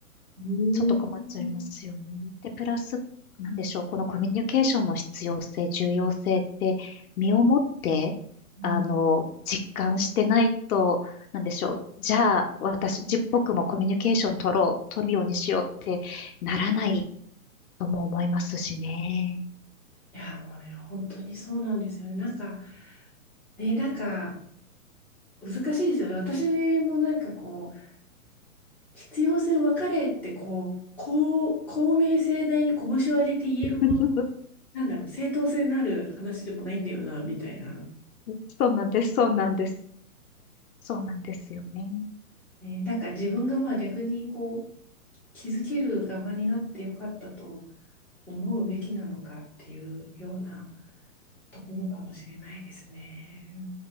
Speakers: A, in the centre; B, on the left.
A: うんう
B: ちょっと困っちゃいますよね。で、プラス、なんでしょう、このコミュニケーションの必要性、重要性って、身をもって、
A: ん
B: あの、実感してないと、なんでしょう、じゃあ、私、じ、僕もコミュニケーション取ろう、取るようにしようってならないとも思いますしね。
A: いや、もうね、本当にそうなんですよね。なんか、ね、なんか、難しいですよね。私もなんかこう、必要性を分かれってこう、こう、公明正大に拳を上げて言えるほど、
B: <laughs>
A: なんだろう、正当性のある話でもないんだよな、みたいな。
B: そうなんです、そうなんです。そうなんですよね。
A: ね、なんか自分がまあ逆にこう、気づける側になってよかったと思うべきなのかっていうようなところかもしれないですね。